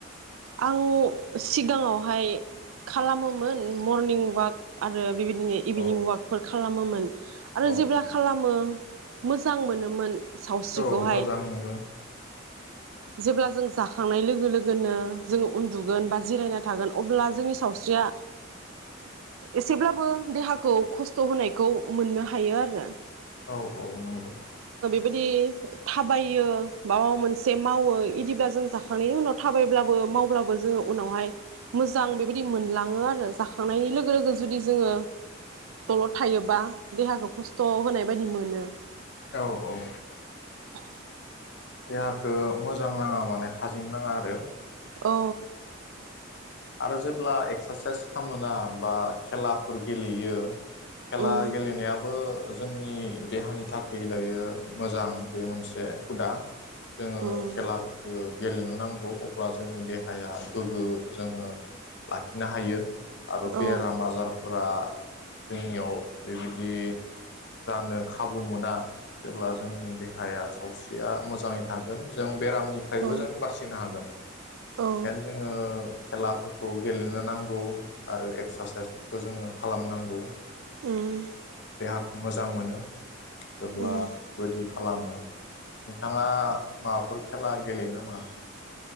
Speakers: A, on the right; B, on the left.
A: आं सिगाङावहाय खालामोमोन मरनिं वाक आरो बेबायदि जो इभिनिं
B: औ
A: वाकफोर खालामोमोन आरो
B: औ
A: जेब्ला
B: औ
A: खालामो मोजां मोनोमोन सावस्रिखौहाय
B: औ मोजां मोनो
A: जेब्ला जों जाखांनाय लोगो लोगोनो जोङो उन्दुगोन बा जिरायना थागोन अब्ला जोंनि सावस्रिया एसेब्लाबो देहाखौ खस्थ' होनायखौ मोननो हायो आरो
B: औ औ नंगौ
A: बिदि थाबायो माबा मोनसे मावो बिदिबा जों जाखांनायनि उनाव थाबायब्ला- बो मावब्लाबो जोङो उनावहाय मोजां बेबायदि मोनलाङो आरो जाखांनायनि लोगो लोगो जुदि जोङो दलद थायोबा देहाखौ खस्थ होनाय बायदि मोनो
B: औ औ
A: <inaudible>
B: देहाखौ मोजां नाङा माने थाजिम नाङा आरो
A: औ
B: आरो जेब्ला एक्सारसाइस खालामोना बा खेलाफोर गेलेयो खेला
A: उम
B: गेलेनायाबो जोंनि देहानि थाखाय दायो मोजां बे मोनसे हुदा जोङो
A: उम
B: खेलाफोरखौ गेलेनो नांगौ अब्ला जोंनि देहाया गोग्गो जोङो लाखिनो हायो। आरो बेराम
A: औ ओ
B: आजार फोरा जोंनियाव बेबायदि जानो खाबु मोना जेब्ला जोंनि देहाया सावस्रिया मोजाङै थागोन जों बेरामनिफ्रायबो
A: औ
B: जों बासिनो हागोन
A: औ
B: बेनिखायनो जोङो खेलाफोरखौ गेलेनो नांगौ आरो एक्सारसाइसफोरखौ जोङो खालामनांगौ
A: उम
B: जोङो देहाखौ मोजां मोनो जेब्ला
A: उम
B: बेबायदि खालामो नोंथाङा माबाफोर खेला गेलेयो नामा?